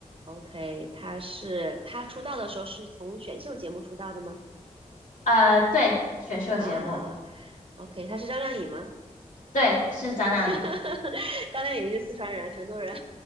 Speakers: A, on the right; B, on the left.
A: ？OK，她是她出道的时候是从选秀节目出道的吗？
B: 呃，对，选秀节目，
A: 啊，OK，她是张靓颖吗？
B: 对，是张靓颖。
A: <laughs> 张靓颖是四川人，成都人。